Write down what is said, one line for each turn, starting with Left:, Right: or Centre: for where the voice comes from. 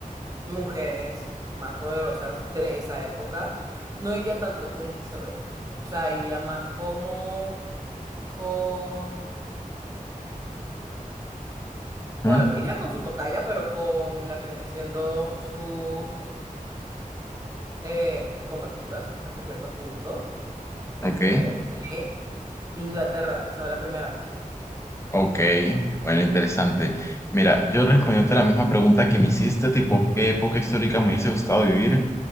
Right: mujeres más poderosas de esa época, no iría tanto con Isabel. O sea, iría más como con,
Left: ¿Mm?
Right: bueno, iría con su tocaya, pero con la que viene siendo sus eh, compatriotas hasta cierto punto, XD,
Left: Ok,
Right: de de Inglaterra, Isabel I.
Left: ok, bueno, interesante. Mira, yo respondiéndote la misma pregunta que me hiciste, tipo, ¿qué época histórica me hubiese gustado vivir?